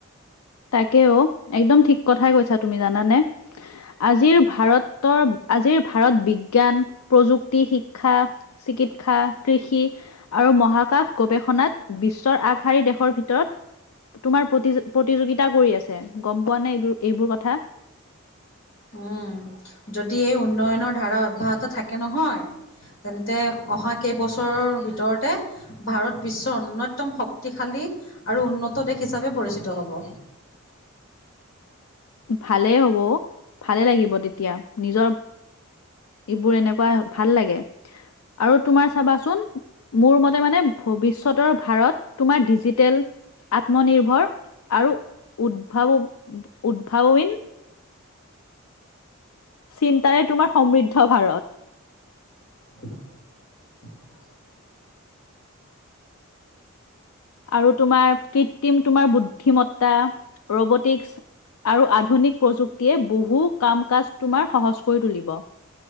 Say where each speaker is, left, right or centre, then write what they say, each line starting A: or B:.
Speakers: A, on the left; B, on the left.
A: তাকেই অ, একদম ঠিক কথাই কৈছা তুমি জানানে? আজিৰ ভাৰতৰ আজিৰ ভাৰত বিজ্ঞান প্ৰযুক্তি শিক্ষা চিকিৎসা, কৃষি আৰু মহাকাশ গৱেষণাত বিশ্বৰ আগশাৰী দেশৰ ভিতৰত তোমাৰ প্ৰতিযো প্ৰতি প্ৰতিযোগিতা কৰি আছে, গম পোৱা নে এইবো এইবোৰ কথা?
B: উম, যদি এই উন্নয়নৰ ধাৰা অব্যাহত থাকে নহয় তেন্তে অহা কেইবছৰৰ ভিতৰতে ভাৰত বিশ্বৰ অন্যয়তম শক্তিশালী আৰু উন্নত দেশ হিচাপে পৰিচিত হ'ব।
A: ভালেই হ'ব অ, ভালে লাগিব তেতিয়া নিজৰ এইবোৰ এনেকুৱা ভাল লাগে। আৰু তোমাৰ চাবাচোন মোৰ মতে মানে ভৱিষ্যতৰ ভাৰত তোমাৰ ডিজিটেল আত্মনিৰ্ভৰ আৰু উদ উদ্ভাৱ উদ্ভাৱীন চিন্তাৰে তোমাৰ সমৃদ্ধ ভাৰত।
B: <unintelligible>
A: আৰু তোমাৰ কিত কৃত্ৰিম তোমাৰ বুদ্ধিমত্তা, ৰবটিক আৰু আধুনিক প্ৰযুক্তিয়ে বহু কাম-কাজ তোমাৰ সহজ কৰি তুলিব।